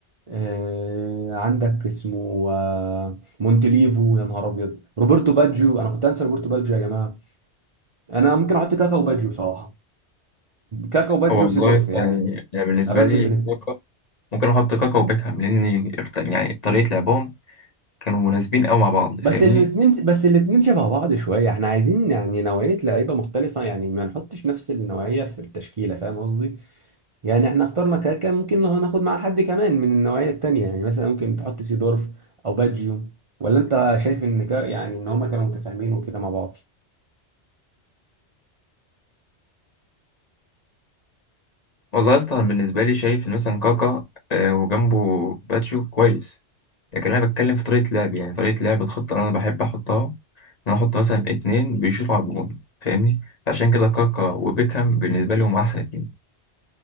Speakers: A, on the right; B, on the left.
A: آه عندك اسمه آه مونتليفو يا نهار ابيض روبرتو باجيو انا كنت انسى روبرتو باجيو يا جماعه انا ممكن احط كاكا وباجيو بصراحه كاكا وبادجي
B: هو والله
A: وسيدورف
B: يا اسطى
A: يعني
B: يعني انا بالنسبة
A: ابدل
B: لي
A: بين
B: كاكا ممكن احط كاكا وبيكهام لان يعني طريقة لعبهم كانوا مناسبين قوي مع بعض فاهمني
A: بس الاثنين بس الاثنين شبه بعض شويه احنا عايزين يعني نوعيه لعيبه مختلفه يعني ما نحطش نفس النوعيه في التشكيله فاهم قصدي يعني احنا اخترنا كاكا ممكن نه- ناخد معاه حد كمان من النوعيه التانيه يعني مثلا ممكن تحط سيدورف او بادجيو ولا انت شايف ان كا يعني ان هما كانوا متفاهمين وكده مع بعض
B: والله يا اسطى أنا بالنسبه لي شايف إن مثلا كاكا آه، وجنبه باتشو كويس لكن انا بتكلم في طريقه لعب يعني طريقه لعب الخطه اللي انا بحب احطها ان انا احط مثلا اتنين بيشوطوا على الجون فاهمني عشان كده كاكا وبيكهام بالنسبه لي هم احسن اتنين